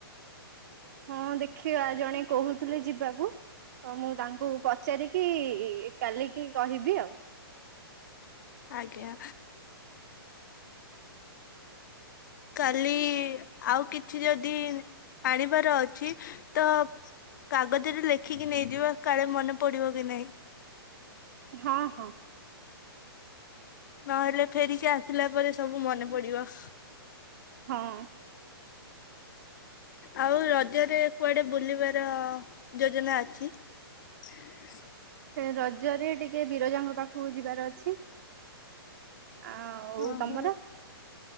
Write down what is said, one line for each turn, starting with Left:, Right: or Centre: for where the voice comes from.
Right: ହଁ ଦେଖିବା ଜଣେ କହୁଥିଲେ ଯିବାକୁ। ମୁଁ ତାଙ୍କୁ ପ ପଚାରିକି କାଲିକି କହିବି ଆଉ।
Left: ଆଜ୍ଞା। କାଲି ଆଉ କିଛି ଯଦି ଆଣିବାର ଅଛି ତ କାଗଜରେ ଲେଖିକି ନେଇଯିବା, କାଳେ ମନେ ପଡିବ କି ନାହିଁ?
Right: ହଁ ହଁ।
Left: ନହେଲେ ଫେରିକି ଆସିଲା ପରେ ସବୁ ମନେ ପଡିବ।
Right: ହଁ।
Left: ଆଉ ରଜରେ କୁଆଡେ ବୁଲିବାର ଯୋଜନା ଅଛି? <inaudible>
Right: ରଜରେ ଟିକେ ବିରଜାଙ୍କ ପାଖକୁ ଯିବାର ଅଛି। ଆଉ
Left: ଅ
Right: ତମର
Left: ହ।